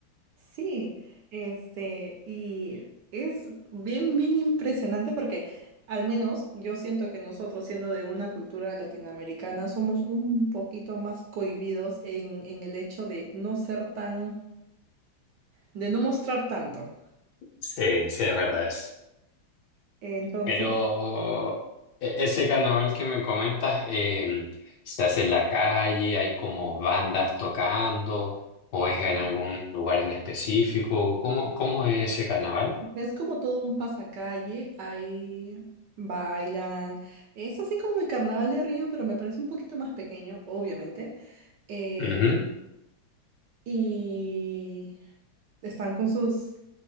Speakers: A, on the right; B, on the left.
A: Sí, este, y es bien, bien impresionante porque al menos yo siento que nosotros, siendo de una cultura latinoamericana, somos un poquito más cohibidos en, en el hecho de no ser tan, de no mostrar tanto.
B: Sí, sí, es verdad es.
A: Entonces,
B: Pero e- ese carnaval que me comentas, eh, ¿se hace en la calle? ¿Hay como bandas tocando? ¿O es en algún lugar en específico? ¿Cómo, cómo es ese carnaval?
A: Es como todo un pasacalle, ahí bailan. Es así como el Carnaval de Río, pero me parece un poquito más pequeño, obviamente. Eh,
B: Ujú.
A: y están con sus,